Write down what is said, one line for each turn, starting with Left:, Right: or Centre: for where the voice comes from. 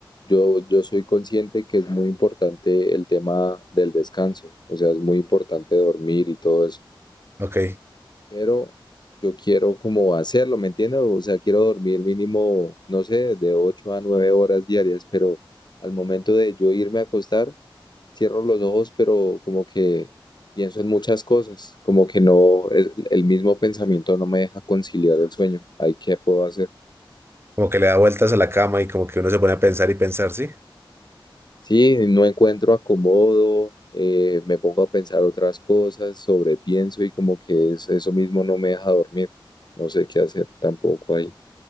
Left: yo, yo soy consciente que es muy importante el tema del descanso, o sea, es muy importante dormir y todo eso,
Right: ok,
Left: pero yo quiero como hacerlo, ¿me entiendes? O sea, quiero dormir mínimo, no sé, de 8 a 9 horas diarias, pero al momento de yo irme a acostar, cierro los ojos, pero como que pienso en muchas cosas, como que no, el, el mismo pensamiento no me deja conciliar el sueño. Ahí, ¿qué puedo hacer?
Right: como que le da vueltas a la cama y como que uno se pone a pensar y pensar, ¿sí?
Left: Sí, no encuentro acomodo, eh, me pongo a pensar otras cosas, sobrepienso y como que es, eso mismo no me deja dormir. No sé qué hacer tampoco ahí.